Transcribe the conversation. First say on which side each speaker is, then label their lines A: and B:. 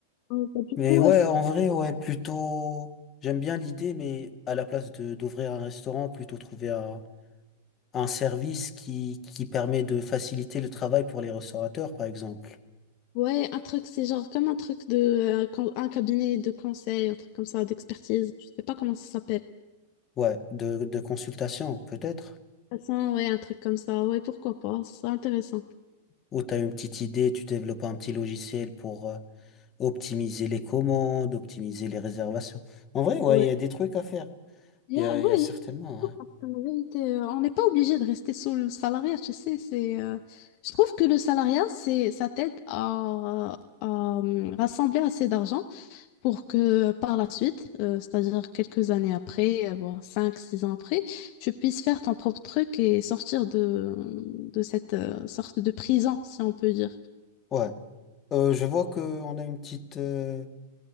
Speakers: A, on the left; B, on the left.
A: Euh, bah, du
B: Mais
A: coup,
B: ouais,
A: euh, ça-
B: en vrai, ouais, plutôt... J'aime bien l'idée, mais à la place de d'ouvrir un restaurant, plutôt trouver un, un service qui, qui permet de faciliter le travail pour les restaurateurs, par exemple.
A: ouais, un truc, c'est genre comme un truc de euh, con- un cabinet de conseil, un truc comme ça, d'expertise, je sais pas comment ça s'appelle.
B: Ouais, de, de consultation, peut-être.
A: De toute façon, ouais, un truc comme ça, ouais, pourquoi pas, ce serait intéressant.
B: Ou t'as une petite idée, tu développes un petit logiciel pour... euh, optimiser les commandes, optimiser les réservations. En vrai, ouais,
A: Ouais,
B: il y a des trucs à faire.
A: il
B: Il
A: y a-
B: y a,
A: ouais,
B: il y a certainement.
A: Parce qu'en vérité, euh, on n'est pas obligé de rester sur le salariat, tu sais, c'est, euh, je trouve que le salariat, c'est, ça t'aide à, à, euh, rassembler assez d'argent pour que par la suite, euh, c'est-à-dire quelques années après, euh, voire 5 6 ans après, tu puisses faire ton propre truc et sortir de, de cette euh, sorte de prison, si on peut dire.
B: Ouais. Ouais. Euh, je vois qu'on a une petite, euh,